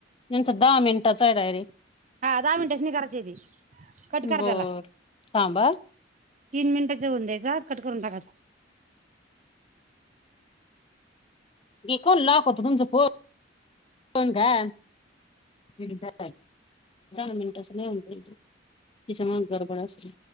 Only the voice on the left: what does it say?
हेंचा दहा मिनिटाचां हाय डायरेक्ट.
बर
थांबा
कोण लॉक होत तुमचा फोन का. ते दहा मिनट असं नाही, होन तिच्या मग गडबड असल.